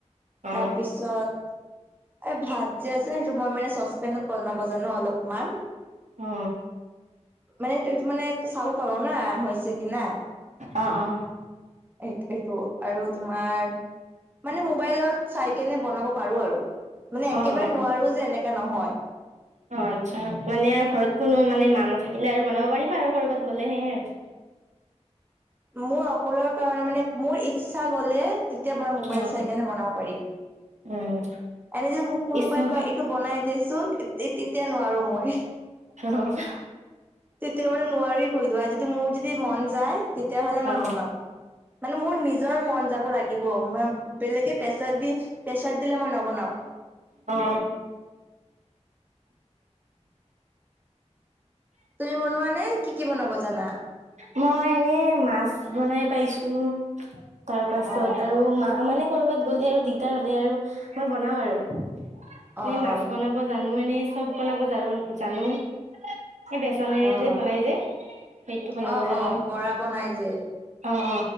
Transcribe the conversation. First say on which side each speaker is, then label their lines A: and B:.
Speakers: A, on the right; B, on the right.
A: অ
B: তাৰপিছত এই ভাত যে আছে সেইটো মই মানে চচপেনত বনাব জানো অলপমান।
A: অ।
B: মানে এইটো মানে চাল কৰো না হৈছে কি না।
A: অ, অ।
B: এই এইটো আৰু তোমাৰ। মানে মোবাইলত চাই কেনে বনাব পাৰো আৰু মানে একেবাৰে
A: অ অ
B: নোৱাৰো যে এনেকা নহয়।
A: অ আতচ্ছা মানে আৰু ঘৰত কোনো মানে মা নাথাকিলে আৰু বনাব পাৰিবা আৰু কৰ'বাত গ'লে সেইয়ে আৰু।
B: মোৰ অকলৰ কাৰণে মানে মোৰ ইচ্ছা গ'লে তেতিয়া মই মোবাইল
A: অ
B: চাই কেনে বনাব পাৰিম।
A: উম
B: এনে যদি মোক কোনোবাই
A: ইচ্ছা
B: কয় এইটো বনাই দেচোন তে তেতিয়া নোৱাৰো মই।
A: অহহ হ
B: তেতিয়া মানে নোৱাৰি কৈ দিওঁ আৰু যদি মোৰ যদি মন যায় তেতিয়াহ'লে
A: অ
B: মই বনাম। মানে মোৰ নিজৰ মন যাব লাগিব, বেলেগে পেছা দি। প্ৰেছাৰ দিলে মই নবনাও।
A: অ।
B: তুমি বনোৱা নে কি কি বনাব জানা?
A: মই এনে মাছ বনাই পাইছো তাৰ পাছত
B: অ',
A: আৰু মা মানে কৰ'বাত গ'লে আৰু দিগদাৰ হলে আৰু মই বনাও আৰু। এনে
B: অ',
A: মাছ বনাব জানো এনে চব বনাব জানো, জানো এ বেচনেৰে
B: অ',
A: যে বনাই যে সেইটো বনাব
B: অ',
A: জানো।
B: অ', বৰা বনাই যে
A: অ অ